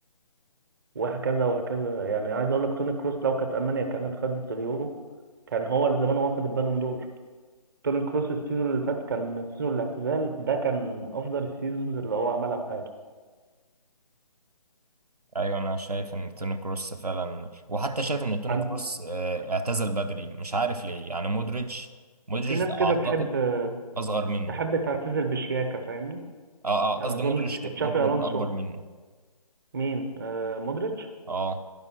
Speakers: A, on the right; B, on the right.
A: وهكذا وهكذا يعني عايز اقول لك توني كروس لو كانت المانيا كانت خدت اليورو كان هو اللي زمان واخد البالون دور توني كروس السيزون اللي فات كان السيزون الاعتزال ده كان افضل السيزونز اللي هو عملها في حياته
B: ايوه انا شايف ان توني كروس فعلا وحتى شايف ان توني
A: عن-
B: كروس آه، اعتزل بدري مش عارف ليه يعني مودريتش مودريتش
A: في ناس كده
B: اعتقد
A: تحب
B: اصغر منه
A: تحب تعتزل بشياكة فاهمني
B: اه
A: يعني
B: اه قصدي
A: اظن
B: مودريتش
A: تش-
B: ت-
A: تشافي
B: ممكن يكون
A: الونسو
B: اكبر منه
A: مين آه مودريتش
B: اه